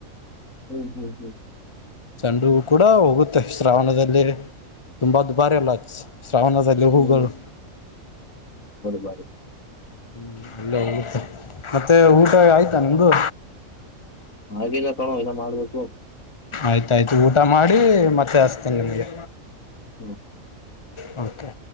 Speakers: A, on the left (about 80°); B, on the left (about 25°).
A: ಹ್ಮ್ ಹ್ಮ್ ಹ್ಮ್.
B: ಚಂಡು ಕೂಡ ಹೋಗುತ್ತೆ ಶ್ರಾವಣದಲ್ಲಿ ತುಂಬಾ ದುಬಾರಿ ಅಲ್ಲ. ಶ್ರಾವಣದಲ್ಲಿ
A: <unintelligible>
B: ಹೂಗಳು
A: ಬಾರ
B: ಹ್ಮ್ ಅಲ್ಲೇತ್ತೆ ಮತ್ತೆ ಊಟ ಆಯ್ತಾ ನಿಮ್ದು
A: ಹಾಗಿಲ್ಲ ಕಣೋ ಇನ್ ಮಾಡ್ಬೇಕು.
B: ಆಯ್ತಾಯ್ತು ಊಟ ಮಾಡಿ ಮತ್ತೆ ಹಚ್ತೇನ ನಿಮ್ಗೆ
A: ಹ್ಮ.
B: ಹತೆ